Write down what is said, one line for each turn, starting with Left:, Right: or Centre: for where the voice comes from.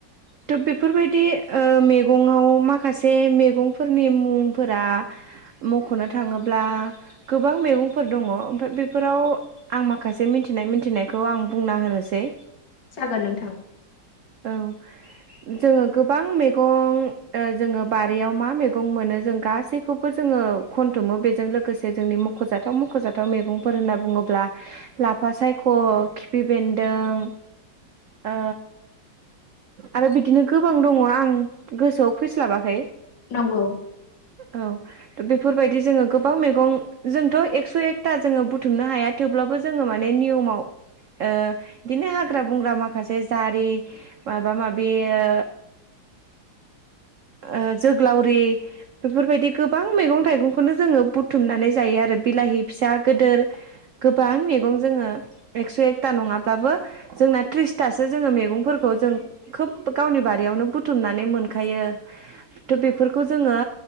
Right: थ' बेफोरबायदि ओ मे गङाव माखासे मैगंफोरनि मुंफोरा मख'नो थाङोब्ला गोबां मैगंफोर दङ' ओमफ्राय बेफोराव आं माखासे मिथिनाय मिथिनायखौ आं बुंना होनोसै
Left: जागोन नोंथां
Right: औ जोङो गोबां मैगं जोङो बारियाव मा मैगं मोनो जों गासैखौबो जोङो खनथुमो बेजों लोगोसे जोंनि मख'जाथाव मख'जाथाव मैगंफोर होनना बुङोब्ला लाफा सायख' खिफि बेन्दों ओ आरो बिदिनो गोबां दङ' आं गोसोआव फैस्लाबाखै
Left: नंगौ
Right: औ दा बेफोरबायदि जोङो गोबां मैगं जोंथ' एकस' एकथा जोङो बुथुमनो हाया थेवब्लाबो जोङो माने नियमाव ओ इदिनो हाग्रा बंग्रा माखासे जारि माबा माबि ओ ओ जोग्लावरि बेफोरबायदि गोबां मैगं थाइगंखौनो जोङो बुथुमनानै जायो आरो बिलाहि फिसा गोदोर गोबां मैगं जोङो एक्स' एकथा नङाब्लाबो जोंना त्रिसथासो जोङो मैगंफोरखौ जों खोब गावनि बारियावनो बुथुमनानै मोनखायो थ' बेफोरखौ जोङो